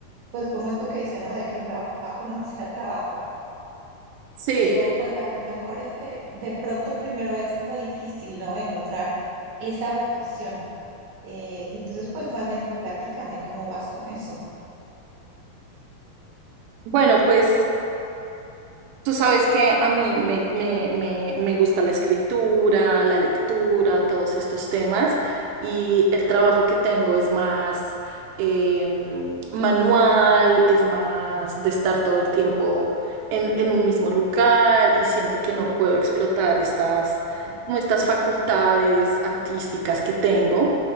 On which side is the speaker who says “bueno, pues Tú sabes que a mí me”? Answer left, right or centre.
Right